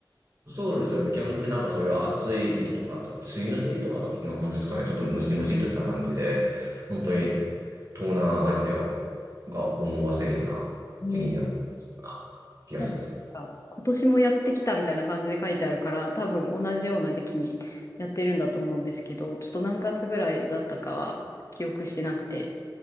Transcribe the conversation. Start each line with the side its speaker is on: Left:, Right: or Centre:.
Right: そうですよね。基本的になんかそういう暑い時期とか、あとは梅雨の時期とかだとそんな感じですかね。ちょっとムシムシっとした感じで、本当に東南アジアをが思わせるような時期にやってるような気がしますね。
Left: うん多分なんか今年もやってきたみたいな感じで書いてあるから、多分同じような時期にやってるんだと思うんですけど、ちょっと何月ぐらいだったかは記憶してなくて。